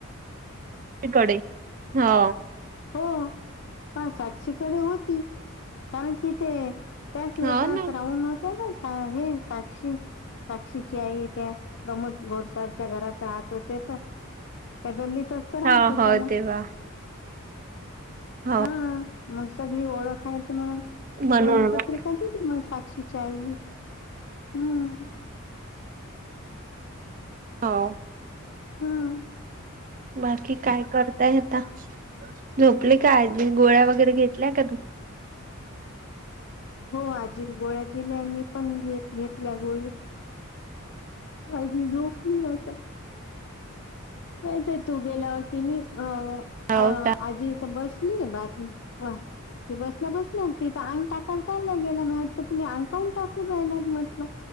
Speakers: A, on the right; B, on the left.
A: तिकडे हा.
B: हो प साक्षीकडे होती कारण कि ते. त्याच बेटात
A: हो ना
B: राहून होत्या ना हे सा साक्षीची आई त्या प्रमोद गोडसरच्या घरात राहत होते त्या गल्लीतच तर राहतो
A: हो
B: त
A: हो
B: त्यामुळे
A: तेव्हा हो
B: हा मस्. सगळी ओळख आहेत मण
A: म्हणून
B: त्यान
A: मग.
B: पत्रिका दिली मग साक्षीच्या आईला. हम्म..
A: हो.
B: हम्म
A: बाकी काय करताय आता झोपले काय गोळ्या वगैरे घेत. घेतल्या का तुम्ही
B: हो आजी गोळ्या दिल्या मी पण घेत घेतल्या गोळया. आजी झोपली आता. नाही तर तू गेल्यावर की नाही अ
A: हो का
B: आजी इथ बसली बातमी. वा ती बसल्या बसल्या तिथ अंग टाकायला चाललं गेलाटलं तुम्ही अंगकाहून टाकून राहिला म्हटलं.